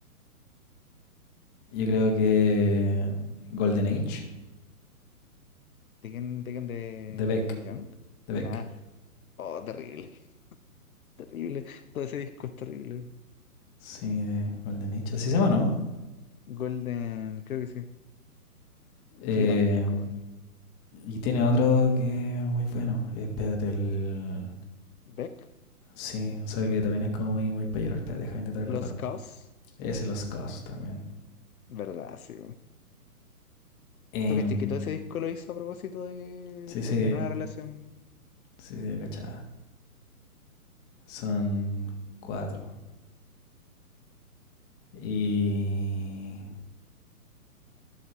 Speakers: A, on the left; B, on the left.
A: yo creo que Golden Age,
B: ¿De quién, de quién? ¿De
A: de Beck.
B: Neil Young?
A: De Beck.
B: Ah, oh, terrible, terrible. Todo ese disco es terrible.
A: Sí, de Golden Age. Así se llama, ¿no?
B: Golden, creo que sí.
A: Eh,
B: Qué gran disco, weón.
A: y tiene otro que es muy bueno. Espérate, el.
B: Beck,
A: Sí, o sea que también es como muy, muy para llorar. Espérate, deja de intentar acordarme.
B: Los Caos,
A: Ese Los Cos también.
B: ¿verdad? Sí,
A: Em,
B: Porque cachai que todo ese disco lo hizo a propósito de que
A: sí, sí,
B: terminó una relación.
A: sí, sí, cachada. Son cuatro. Y.